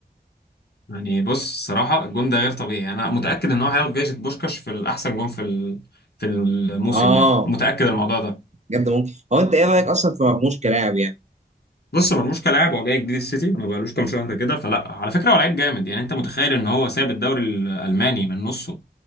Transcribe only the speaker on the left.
يعني بص صراحه الجون ده غير طبيعي انا متاكد ان هو هياخد جائزه بوشكاش في الاحسن جون في ال- في الموسم
يعني متاكد الموضوع ده
بص مرموش كلاعب هو جاي جديد السيتي ما بقالوش كام شهر كده فلا على فكره هو لعيب جامد يعني انت متخيل ان هو ساب الدوري الالماني من نصه